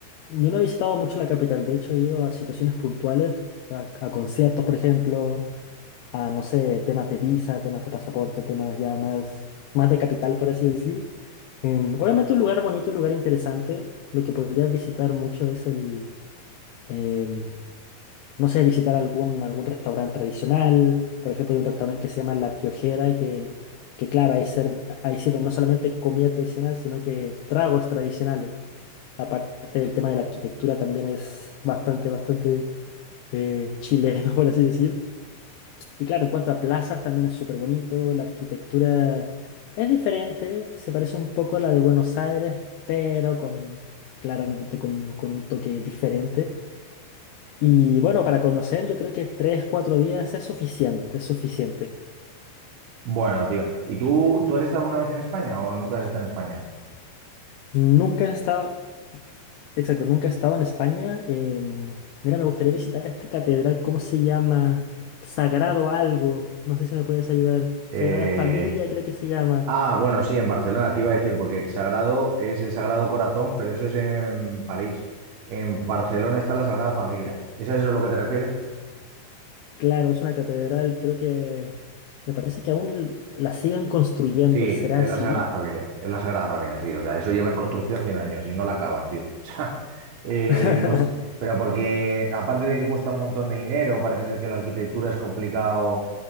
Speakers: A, on the left; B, on the right.
A: yo no he visitado mucho la capital, de hecho he ido a situaciones puntuales, a, a conciertos, por ejemplo, a, no sé, temas de visa, temas de pasaporte, temas ya más, más de capital, por así decir. Em, obviamente un lugar bonito, un lugar interesante. Lo que podrías visitar mucho es el, em, no sé, visitar algún, algún restaurante tradicional. Por ejemplo, hay un restaurante que se llama La Piojera, que, que claro, ahí, ser- ahí sirven no solamente comida tradicional, sino que tragos tradicionales. Aparte del tema de la arquitectura, también es bastante, bastante eh, chileno, <laughs> por así decir. Y claro, en cuanto a plazas, también es súper bonito. La arquitectura es diferente, se parece un poco a la de Buenos Aires, pero con, claramente con, con un toque diferente. Y bueno, para conocer, yo creo que tres, cuatro días es suficiente, es suficiente.
B: Bueno, tío. ¿Y tú, tú has estado alguna vez en España o nunca has estado en España?
A: Nunca he estado, exacto, nunca he estado en España. em, mira, me gustaría visitar esta catedral, ¿cómo se llama? Sagrado algo, no sé si me puedes ayudar.
B: Eh,
A: Sagrada Familia, creo que se llama.
B: Ah, bueno, sí, en Barcelona, te iba a decir, porque Sagrado es el Sagrado Corazón, pero eso es en París. En Barcelona está la Sagrada Familia. ¿Es a eso lo que te refieres?
A: Claro, es una catedral, creo que me parece que aún la siguen construyendo,
B: Sí,
A: ¿será
B: es
A: así?
B: la Sagrada Familia, es la Sagrada Familia, sí. O sea, eso lleva en construcción 100 años y no la acaban, tío. <laughs> O sea, eh,
A: <laughs>
B: no sé, pero porque aparte de que cuesta un montón de dinero, parece ser que la arquitectura es complicado